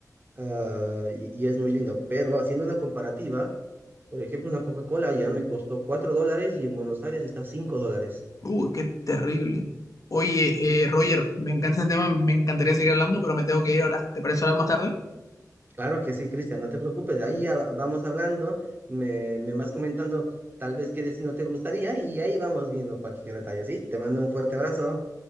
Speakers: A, on the right; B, on the left.
A: ah, y, y es muy lindo. Pero haciendo una comparativa, por ejemplo, una Coca-Cola ya me costó 4 dólares y en Buenos Aires está 5 dólares.
B: Uh, qué terrible. Oye, eh, Roger, me encanta este tema, me encantaría seguir hablando, pero me tengo que ir ahora. ¿Te parece hablar más tarde?
A: Claro que sí, Cristian, no te preocupes. Ahí ya vamos hablando, me, me vas comentando tal vez qué destino te gustaría y ahí vamos viendo cualquier detalle, ¿sí? Te mando un fuerte abrazo.